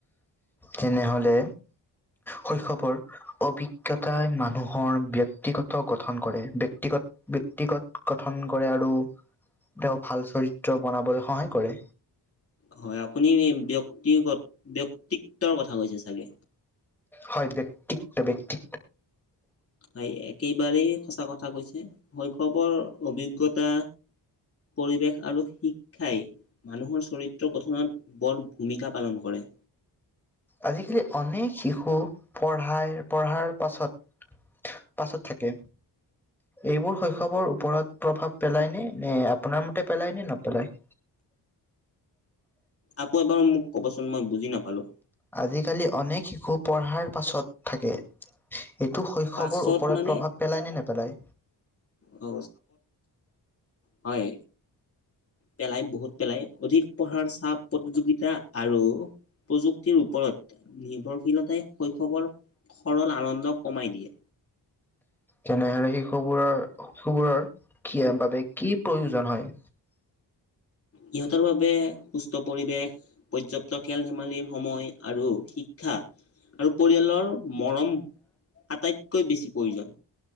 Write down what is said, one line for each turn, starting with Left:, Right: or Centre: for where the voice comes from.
Centre: তেনেহ'লে শৈশৱৰ অভিজ্ঞতাই মানুহৰ ব্যক্তিগত গঠন কৰে। ব্যক্তিগত ব্যক্তিগত গঠন কৰে আৰু তেওঁ ভাল চৰিত্ৰ বনাবলৈ সহায় কৰে।
Left: হয়, আপুনি ব্যক্তিগত, ব্যক্তিত্বৰ কথা কৈছে চাগে!
Centre: হয়, ব্যক্তিত্ব ব্যক্তি
Left: হয়, একেবাৰেই সঁচা কথা কৈছে শৈশৱৰ অভিজ্ঞতা পৰিৱেশ আৰু শিক্ষাই, মানুহৰ চৰিত্ৰ গঠনত বৰ ভূমিকা পালন কৰে।
Centre: আজিকালি অনেক শিশু, পঢ়াই পঢ়াৰ পাছত, পাছত থাকে। এইবোৰ শৈশৱৰ ওপৰত প্ৰভাৱ পেলায় নে? নে আপোনাৰ মতে পেলায় নে নপেলায়?
Left: আকৌ এবাৰ মোক ক'বচোন মই বুজি নাপালোঁ!
Centre: আজিকালি অনেক শিশু পঢ়াৰ পাছত থাকে। এইটো শৈশৱৰ
Left: পাছত
Centre: ওপৰত
Left: মানে
Centre: প্ৰভাৱ পেলায় নে নেপেলায়‌?
Left: অ <unintelligible> হয়। পেলায় বহুত পেলায়। অধিক পঢ়াৰ চাপ প্ৰতিযোগিতা আৰু প্ৰযুক্তিৰ ওপৰত নিৰ্ভৰশীলতাই শৈশৱৰ সৰল আনন্দ কমাই দিয়ে।
Centre: তেনেহলে শিশুবোৰৰ শিশুবোৰ কিয় বাবে, কি প্ৰয়োজন হয়?
Left: সিহঁতৰ বাবে সুস্থ পৰিৱেশ, - পৰ্যাপ্ত খেল- ধেমালি, সময় আৰু শিক্ষা। আৰু পৰিয়ালৰ মৰম আটাইতকৈ বেছি প্ৰয়োজন।